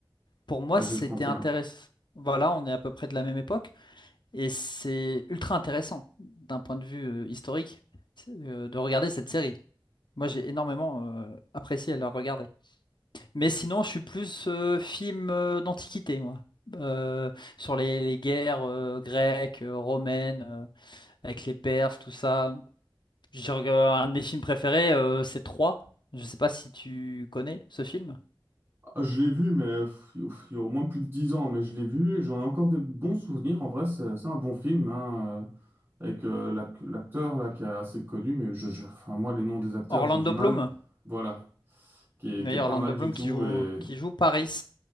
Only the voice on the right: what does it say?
AG31.
Ah, je l'ai vu, mais pff, il y a au moins plus de 10 ans, mais je l'ai vu et j'en ai encore des bons souvenirs. En vrai, c'est c'est un bon film. hein, euh. avec euh, l'ac- l'acteur là qui est assez connu, mais je, je- enfin, moi les noms des acteurs
j'ai du mal.
Voilà, qui est,
qui est pas
mal
du tout
et,